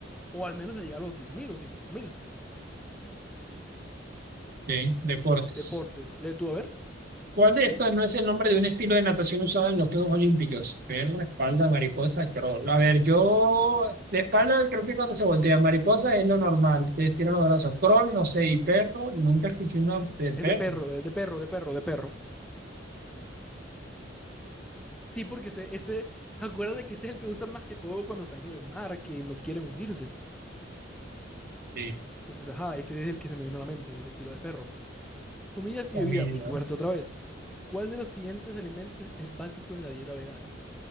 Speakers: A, in the centre; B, on the right (about 50°).
A: O al menos a llegar a los diez mil o cincuenta mil.
B: Ok, deportes.
A: Deportes, lee tú, a ver.
B: ¿Cuál de estos no es el nombre de un estilo de natación usado en los Juegos Olímpicos? Perro, espalda, mariposa, crawl. A ver, yo de espalda creo que cuando se voltea mariposa es lo normal, te estiran los brazos. Crawl, no sé, y perro, nunca escuché una de perro.
A: Es de perro, es de perro, de perro, de perro. Sí, porque ese, ese, acuérdate que ese es el que usan más que todo cuando están en el mar, que no quieren hundirse.
B: Sí,
A: Entonces, ajá, ese es el que se me vino a la mente, el estilo de perro. Comidas
B: comida,
A: y bebida, mi fuerte otra vez. ¿Cuál de los siguientes alimentos es básico en la dieta vegana?